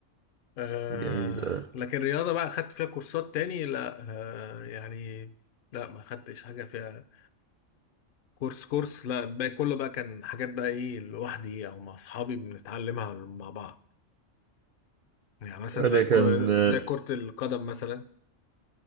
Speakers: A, on the left; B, on the right.
A: آه،
B: جميل آه.
A: لكن الرياضة بقى خدت فيها كورسات تاني لا آه، يعني لا ما خدتش حاجة فيها كورس كورس لا باقي كله بقى كان حاجات بقى ايه لوحدي او مع اصحابي بنتعلمها مع بعض يعني مثلا
B: انا
A: زي كو-
B: كان آه،
A: زي كرة القدم مثلا